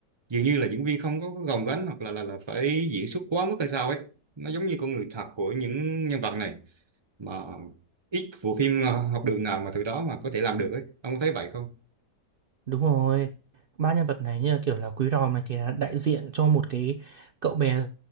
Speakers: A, on the right (about 25°); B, on the right (about 60°).
A: dường như là diễn viên không có, có gồng gánh hoặc là là là phải diễn xuất quá mức hay sao ấy nó giống như con người thật của những nhân vật này mà ít bộ phim ờ, học đường nào mà từ đó mà có thể làm được ấy ông có thấy vậy không
B: Đúng rồi, ba nhân vật này như là kiểu là Quý Ròm này thì là đại diện cho một cái cậu bé